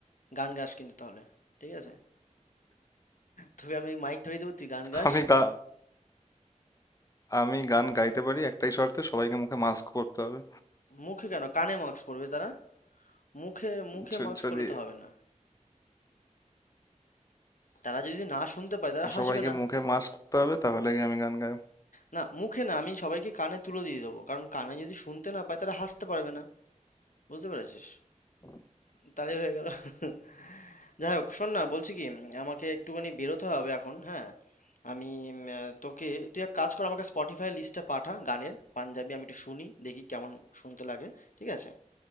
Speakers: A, on the left (about 80°); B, on the left (about 25°).
A: গান গাস কিন্তু তাহলে ঠিক আছে তোকে আমি মাইক ধরিয়ে দেবো তুই গান গাস
B: আমি গা আমি গান গাইতে পারি একটাই শর্তে সবাইকে মুখে মাস্ক পরতে হবে
A: মুখে কেন কানে মাস্ক পরবে তারা মুখে মুখে
B: য-
A: মাস্ক
B: যদি
A: করলে তো হবে না তারা যদি না শুনতে পায় তারা হাসবে
B: সবাইকে
A: না
B: মুখে মাস্ক পরতে হবে তাহলে কি আমি গান গাই
A: না মুখে না আমি সবাইকে কানে তুলে দিয়ে দেবো কারণ কানে যদি শুনতে না পায় তারা হাসতে পারবে না বুঝতে পেরেছিস তাহলেই হয়ে গেল <laughs> যাই হোক শোন না বলছি কি আমাকে একটুখানি বেরোতে হবে এখন হ্যাঁ আমি উম, আহ, তোকে তুই এক কাজ কর আমাকে স্পটিফাই লিস্টটা পাঠা গানের পাঞ্জাবি আমি একটু শুনি দেখি কেমন শুনতে লাগে ঠিক আছে